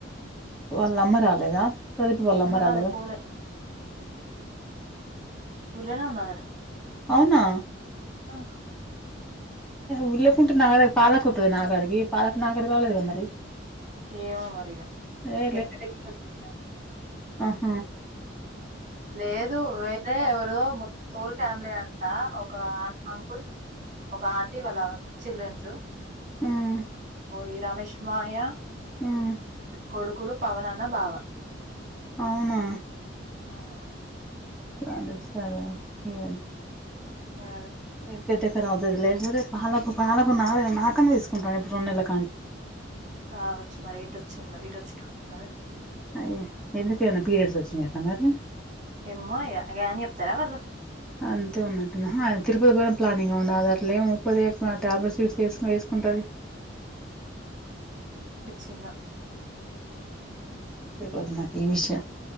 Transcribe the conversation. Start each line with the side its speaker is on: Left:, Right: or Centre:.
Centre: వాళ్ళమ్మ రాలేదా ప్రదీప్ వాళ్ళమ్మ రాలేదా
Right: రాలే పోలే ఊర్లోనే ఉన్నదట
Centre: అవునా
Right: అహ్
Centre: ఊర్లకుంటే నా దగ్గరికి పాలకు వత్తుది నాకాడకి పాల క్ నాకాడికి రాలేదు కదా మరి
Right: ఏమో మరి ఇగ
Centre: ఏ
Right: ఏడికి పోయిన గిట్ల వచ్చింది కదా
Centre: ఆ.
Right: లేదు వేరే ఎవర్ రొ హోల ఫ్యామిలీ అంత ఒక అంకుల్ ఆంటీ వాళ్ళ చిల్డ్రన్స్.
Centre: ఉమ్
Right: ఈ రమేష్ మామయ్య
Centre: ఉమ్.
Right: కొడుకులు పవన్ అన్న బావ.
Centre: అవునా.
Right: ఉమ్.
Centre: సరే సరే తీయండి.
Right: అదే
Centre: వెంకట అవూతది లేకపోతే పాలకు పాలకు నా నాకన్న తీసుకుంటాడు ఏప్పుడు రెండు నెలకు
Right: కావచ్చు మరేటొచ్చిందో. ఇటు వచ్చినట్టు ఉన్నది.
Centre: అయ్యో ఎందుకు ఏమన్నా పీరియడ్స్ వచ్చినయటన మరి.
Right: ఏమో ఇగ గవన్ని చెప్తారా వాళ్ళు.
Centre: అంతే ఉన్నట్టున్నది. ఆ తిరుపతికి పోవడం కూడా ప్లానింగ్ ఉండాలే అట్లే మూకోదే. ఆ టాబ్లెట్ షీట్స్ వేసుకోనె వేసుకుంటది.
Right: చిన్న.
Centre: తెలవదు నాకు ఏ విషయాలు.